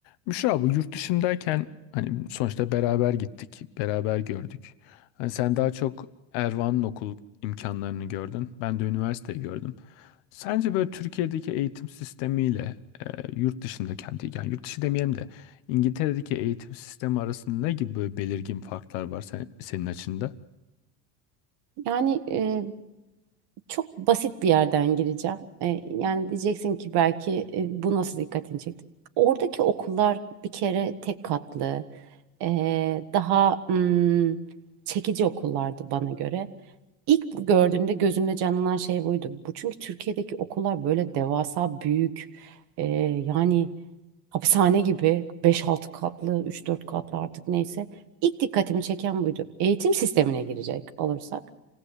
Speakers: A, on the left (about 65°); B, on the right (about 55°).
A: Müşra bu yurt dışındayken hani sonuçta beraber gittik, beraber gördük. Hani sen daha çok Ervan'ın okul imkanlarını gördün. Ben de üniversiteyi gördüm. Sence böyle Türkiye'deki eğitim sistemiyle e, yurt dışındaki hadi yani yurt dışı demeyelim de İngiltere'deki eğitim sistemi arasında ne gibi böyle belirgin farklar var sen- senin açında?
B: Yani e, çok basit bir yerden gireceğim. E, yani diyeceksin ki belki e, bu nasıl dikkatini çekti? Oradaki okullar bir kere tek katlı, e, daha mm, çekici okullardı bana göre. İlk bu gördüğümde gözümde canlanan şey buydu. Bu çünkü Türkiye'deki okullar böyle devasa büyük e, yani hapishane gibi beş altı katlı üç dört katlı artık neyse. İlk dikkatimi çeken buydu. Eğitim sistemine girecek olursak.